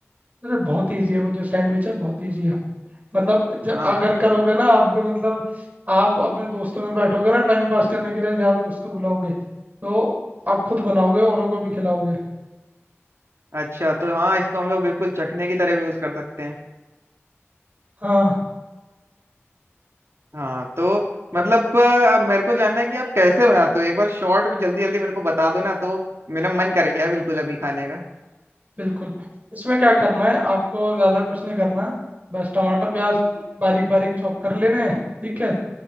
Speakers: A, on the right (about 35°); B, on the right (about 65°).
A: अरे बहुत इजी है वो जो सैंडविच है बहुत इजी है मतलब जब
B: हाँ
A: अगर करोगे ना आप भी मतलब आप अपने दोस्तों में बैठोगे ना टाइम पास करने के लिए यार दोस्त को बुलाओगे तो आप खुद बनाओगे औरों को भी खिलाओगे
B: अच्छा तो हाँ इसको हम लोग बिल्कुल चखने की तरह भी यूज कर सकते हैं
A: हाँ
B: हाँ तो मतलब अ, मेरे को जानना है कि आप कैसे बनाते हो एक बार शॉर्ट में जल्दी जल्दी मेरे को बता दो ना तो मेरा मन कर गया है बिल्कुल अभी खाने का
A: बिल्कुल इसमें क्या करना है आपको ज़्यादा कुछ नहीं करना बस टमाटर प्याज बारीक बारीक चॉप कर लेने हैं ठीक है